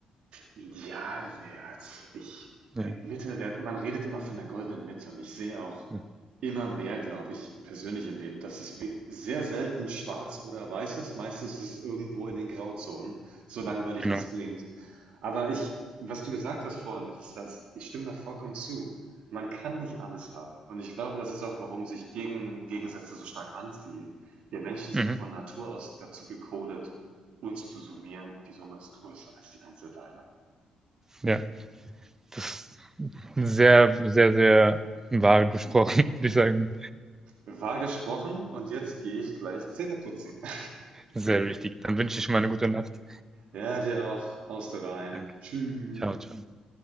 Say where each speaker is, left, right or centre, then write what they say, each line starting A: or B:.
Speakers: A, on the right; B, on the right.
A: Idealwert. Ich,
B: Ja,
A: ein Mittelwert, man redet immer von der goldenen Mitte und ich sehe auch,
B: ja,
A: Immer mehr, glaube ich, persönlich im Leben, dass es we sehr selten schwarz oder weiß ist. Meistens ist es irgendwo in den Grauzonen, so langweilig,
B: genau.
A: wie es klingt. Aber ich, was du gesagt hast vorhin, das ist das, ich stimme da vollkommen zu. Man kann nicht alles haben. Und ich glaube, das ist auch, warum sich Gegen Gegensätze so stark anziehen. Wir Menschen sind
B: Mhm.
A: von Natur aus dazu gecodet, uns zu summieren und die Summe ist größer als die Einzelteile.
B: Ja, das ist sehr, sehr, sehr wahr gesprochen, <laughs> würde ich sagen.
A: Wahr gesprochen und jetzt gehe ich gleich Zähne putzen. <laughs>
B: Sehr wichtig. Dann wünsche ich mal eine gute Nacht.
A: Ja, dir auch. Haust du rein.
B: Danke.
A: Tschüss.
B: Ciao, ciao.